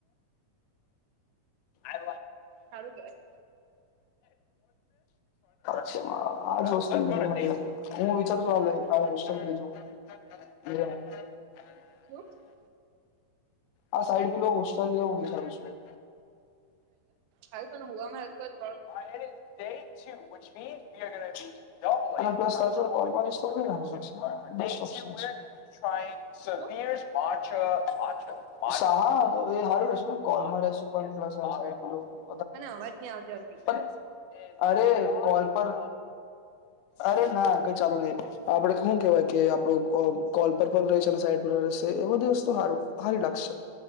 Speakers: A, on the left; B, on the right.
A: <inaudible>
B: સારું કેવાય
A: આજ વસ્તુ હું વિચાર છું હ. <inaudible>
B: શું
A: આ સાઈડ પીલો હોસ્ટલ હું વિચારું છું.
B: હ તોને હ વામાં આવું.
A: હા એ જઈ છું. પ <unintelligible>
B: શું
A: ા હર વ. ્લ.
B: મને અવાજ નને આવદે્યો.
A: પણ અરે કોલ પર. અરે ના કઈ ચાલુ નઈ આપડે શું કેવાય કે આપડું કોલ પર પણ રહેશે અને સાઈડ પર રહેશે. એ બધી વસ્તુ હારી લખશે